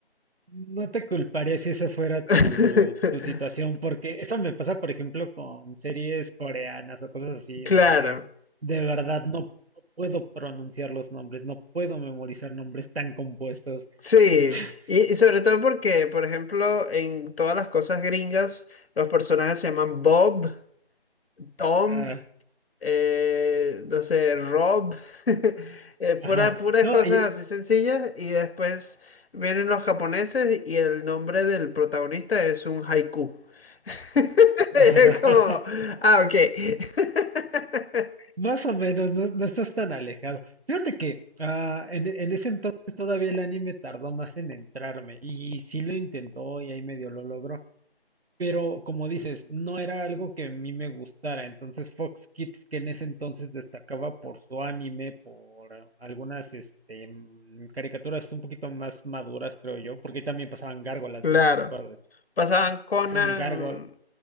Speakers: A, on the right; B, on the left.
A: No te culparía si esa fuera
B: <laughs>
A: tu, tu situación, porque eso me pasa, por ejemplo, con series coreanas o cosas así, en
B: Claro,
A: donde de verdad no, no puedo pronunciar los nombres, no puedo memorizar nombres tan compuestos.
B: sí.
A: <laughs>
B: Y, y sobre todo porque, por ejemplo, en todas las cosas gringas, los personajes se llaman Bob, Tom.
A: Ah,
B: eh, no sé, Rob, <laughs> eh,
A: Ajá.
B: pura- puras
A: No,
B: cosas
A: y
B: así sencillas. Y después vienen los japoneses y el nombre del protagonista es un haiku. <laughs>
A: <laughs>
B: Es como, ah, ok. <laughs>
A: más o menos, no, no estás tan alejado. Fíjate que ah, en, en ese entonces todavía el anime tardó más en entrarme, y sí lo intentó y ahí medio lo logró. Pero como dices, no era algo que a mí me gustara. Entonces Fox Kids, que en ese entonces destacaba por su anime, por eh, algunas este, mm, caricaturas un poquito más maduras, creo yo, porque ahí también pasaban gárgolas,
B: Claro.
A: no sé si te acuerdas.
B: Pasaban Conan,
A: Pasaban gárgolas.